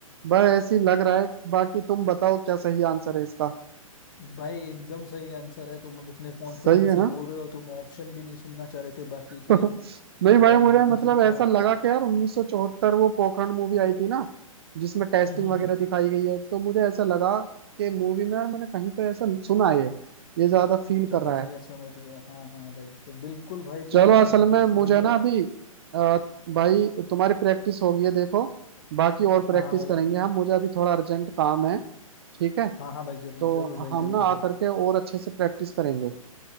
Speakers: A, on the right; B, on the left.
A: बस ऐसी लग रहा है बाकी तुम बताओ क्या सही आंसर है इसका
B: भाई एकदम सही आंसर है तुम अब इतने कॉन्फिडेंस
A: सही है
B: से
A: ना
B: बोल रहे हो तुम ऑप्शन भी नहीं सुनना चाह रहे थे बाकी
A: <laughs>
B: के तो
A: नहीं भाई
B: भाई
A: मुझे
B: उन्नीस
A: मतलब
B: सौ चौहत्तर
A: ऐसा लगा कि यार 1974 वो पोखरण मूवी आई थी ना जिसमें टेस्टिंग
B: हम्म हम्म
A: वगैरह
B: हम्म,
A: दिखाई गई है तो मुझे ऐसा लगा कि मूवी में यार मैंने कहीं तो ऐसा सुना है ये ये ज्यादा फील
B: समझ
A: कर रहा है
B: गया समझ गया हाँ हाँ भाई तो बिल्कुल भाई
A: चलो
B: तुम्हारा
A: असल
B: आंसर
A: में
B: सही
A: मुझे
B: है
A: ना अभी अ, भाई तुम्हारी प्रैक्टिस हो गई है देखो बाकी और प्रैक्टिस
B: हाँ हाँ भाई
A: करेंगे हम मुझे अभी थोड़ा अर्जेंट काम है ठीक है
B: हाँ हाँ भाई जरूर
A: तो
B: जरूर भाई
A: हम
B: जरूर
A: ना आ
B: भाई
A: करके और अच्छे से प्रैक्टिस करेंगे